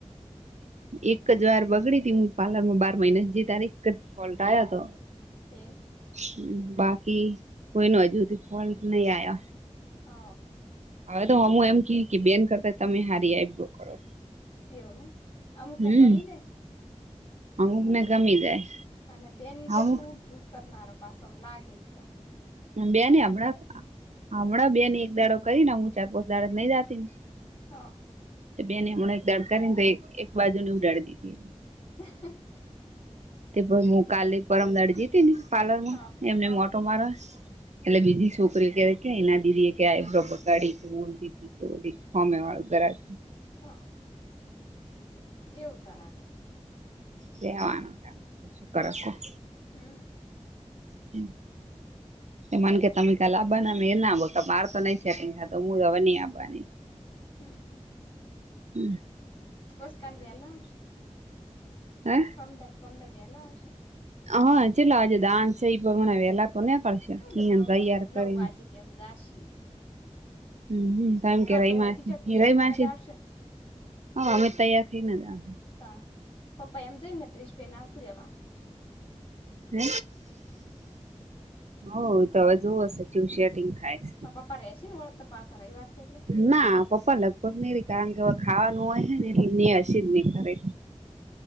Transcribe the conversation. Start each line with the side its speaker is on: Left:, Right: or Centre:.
Right: એક જ વાર બગડી ત હું પાર્લર માં બાર મહિના જઈ તારે એક જ ફોલ્ટ આવયો હતો
Left: હે
Right: હ બાકી કોઈ ન હજુધી ફોલ્ટ નહી આ્યા
Left: હ
Right: હવે તો હમું એમ ક કે બેન કરતા તમે હારી આઇબ્રો કરો.
Left: એવું હે અમુક
Right: હમ
Left: ને ગમી જાય.
Right: અમુક ને ગમી જાય.
Left: અને બેન તો
Right: અમુક
Left: શું ઉડઝૂડ કરનારો પાસમાં લાગે ઇ ત.
Right: બેન ને હમણાં હમણાં બેન ને એક દાડો કરીને હું ચાર પોચ દાડ નઈ જતી ને.
Left: હા
Right: બેને હમણાં એક દાડ કરી ને તો એક બાજુ ને ઉડાડી દીધી.
Left: હ
Right: તે ભાઇ હું કાલે પરમ દહાડે જીતી ને પાર્લર માં
Left: હ
Right: એમને
Left: હ
Right: ઓટો મારવા એટલે બીજી છોકરીઓ કે કે એના દીદી એ કે આ આઇબ્રો બગાડી બોલતી તી કે હામે વાળુ ગ્રાહક
Left: હા એવું તરા તો
Right: લેવાનું કરે કોણ.
Left: હમ
Right: હમ <unintelligible> મને કે તમે કાલ આબવાના ના બકા મારે તો નઈ સેટિંગ થાતું હું રવાની ન‌ઇ આવાની.
Left: હું
Right: હમ <unintelligible>
Left: બસ કાલ વેલા આવશો.
Right: હ
Left: પંદર પંદર વેલા આવશે.
Right: હા ચલો આજે ડાન્સ છે એ પ્રમાણે વેલા તો નીકળશે
Left: હું દેવા
Right: ઇયા
Left: નવ
Right: તૈયાર
Left: દહ
Right: કરીને.
Left: નવ વાગે કેમ ઝાશી
Right: હમ હમ તોમ કે રમાસી
Left: તો હોયથી જ તૈયાર
Right: રૈમાસી
Left: થઈને જ આવશે ને
Right: હ અમે તૈયાર થઈને આવજ
Left: તારે પપ્પા એમ જઈને ડ્રેસ પહેને આવ તુ રહે્યાવાનું.
Right: હ હ તો હવે જોવું હશે ચિવ શટિંગ થાય છે.
Left: પપ્પા રેશૈ ને વળતા પાછા રવિવાર છે એટલે?
Right: ના પપ્પા લગભગ નઈ રે કારણ કે હવે ખાવાનું હોય હે ને એટલે ને હસી જ નહી કરે.